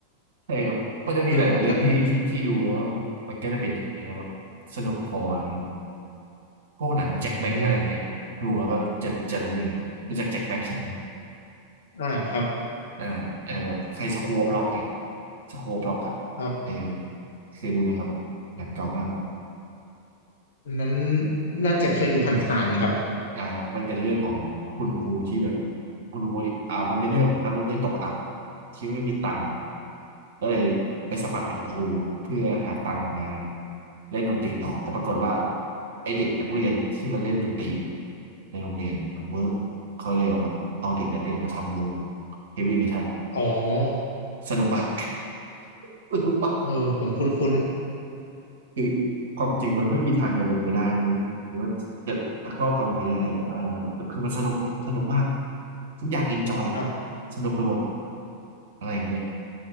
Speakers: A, on the right; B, on the left.
A: ใช่ครับมันจะมีหลายๆเรื่องที่ที่ที่ดูแล้ว
B: เออแล้ว
A: มันก็จะเป็นอย่างนี้ยแล้วแบบสนุกพออะไรเงี้ยพวกหนังแจ็คแบ็กอะไรเงี้ยดูแล้วก็จะจะรู้อย่างนี้ยรู้จักแจ็คแบ็กใช่ไหมครับ
B: อืมอ่าครับ
A: อ่าเออแบบใครสครัวบล็อกเนี่ยสครัวบล็อกอ่ะ
B: ครับ
A: เออเคยดูไหมครับหนังเก่ามากเลย
B: อันนั้นน่าจะเคยดูผ่านๆนะครับ
A: อ่าครับมันเป็นเรื่องของคุณครูที่แบบคุณครูที่อ่ามันเป็นเรื่องของนักเรียนตกอับที่ไม่มีตังค์ก็เลยไปสมัครเป็นครูเพื่อหาตังค์มาเล่นดนตรีต่อแต่ปรากฏว่าไอเด็กนักเรียนที่มันเล่นดนตรีในโรงเรียนมันเวิร์กเขาเลยเอามาเอาเด็กนักเรียนมาทำวงเฮฟวี่เมทัล
B: อ๋อ
A: สนุกมาก <laughs> สนุกมาก
B: เออผมคุ้น
A: คือความจริงมันไม่มีทางจะเป็นไปได้เลยหรือว่าจะลักลอบทำอย่างนี้ได้อะไรนะครับแต่คือมันสนุกมันสนุกมากทุกอย่างเอนจอย
B: ๆครับ
A: สนุกไปหมดอะไรอย่างเงี้ย